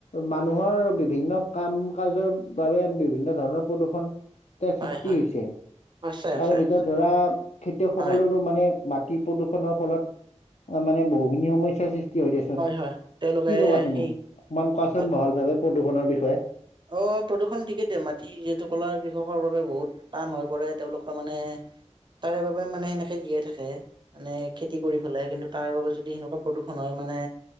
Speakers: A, on the left; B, on the right.
A: মানুহৰ বিভিন্ন কাম কাজৰ বাবে বিভিন্ন ধৰণৰ প্ৰদূৰ্ষণ। এ সৃষ্টি
B: হয়, হয়,
A: হৈছে
B: সঁচাই, সঁচাই,
A: তাৰ ভিতৰত
B: সঁচাই।
A: ধৰা খেতিয়কসকলৰো
B: হয়
A: মানে মাটি প্ৰদূষণৰ ফলত অ', মানে বহুখিনি সমস্যাৰ সৃষ্টি হয় দিয়কচোন।
B: হয় তেওঁলোকে
A: কি ক'বা তুমি,
B: সেই
A: অকমান কোৱাচোন
B: মাত
A: ভাল ভাবে প্ৰদূষণৰ বিষয়ে।
B: অ', প্ৰদূষণ ঠিকেইতে মাটি যিহেতু কলা কৃষকৰ বাবে বহুত টান হৈ পৰে, তেওঁলোকৰ মানে তাৰে বাবে মানে সেনেকে জীয়াই থাকে। মানে খেতি কৰি পেলাই কিন্তু, তাৰ বাবে যদি সেনেকুৱা প্ৰদূৰণ হয় মানে